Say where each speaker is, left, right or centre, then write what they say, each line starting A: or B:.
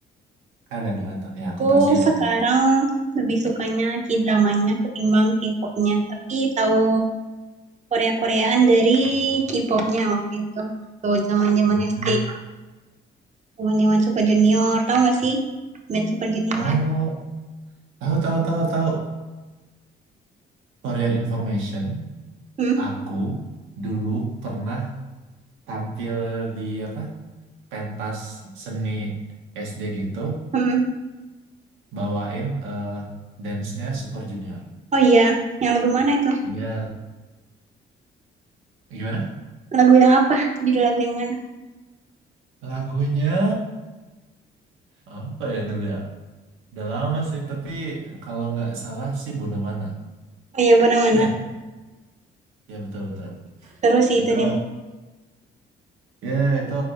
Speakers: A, on the right (about 85°); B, on the right (about 35°).
A: Kan Ada dua tuh, ya aku
B: Tuh
A: tahu sih ada
B: sekarang
A: dua itu.
B: lebih sukanya K-dramanya ketimbang K-popnya. Tapi tahu Korea-Koreaan dari K-popnya waktu itu. Tuh zaman-zaman
A: Mhm.
B: SD, zaman-zaman Super Junior. Tahu gak sih band Super Junior?
A: Oh tahu tahu tahu tahu Korean Information.
B: Hmm?
A: Aku dulu pernah tampil di apa pentas seni SD gitu
B: Hmm.
A: bawain eh dance-nya Super Junior.
B: Oh iya, yang lagu mana itu?
A: Iya, gimana?
B: Lagu yang apa? Judul lagu yang mana?
A: Lagunya apa ya dulu ya? Udah lama sih, tapi kalau nggak salah sih Mana
B: Oh iya, benar mana?
A: Ya, ya betul betul.
B: Terus sih
A: Itu
B: itu, Den.
A: ya itu